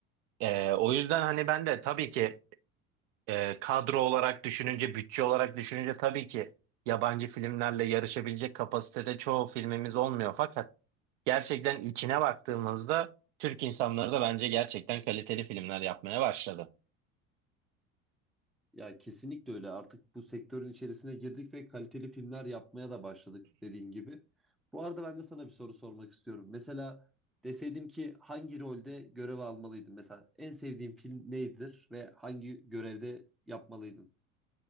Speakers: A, on the right (about 60°); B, in the centre.
A: E, o yüzden hani ben de tabii ki e, kadro olarak düşününce, bütçe olarak düşününce tabii ki yabancı filmlerle yarışabilecek kapasitede çoğu filmimiz olmuyor. Fakat gerçekten içine baktığımızda Türk insanları da bence gerçekten kaliteli filmler yapmaya başladı.
B: Ya kesinlikle öyle. Artık bu sektörün içerisine girdik ve kaliteli filmler yapmaya da başladık dediğin gibi. Bu arada ben de sana bir soru sormak istiyorum. Mesela deseydim ki hangi rolde görev almalıydın? Mesela en sevdiğin film nedir ve hangi görevde yapmalıydın?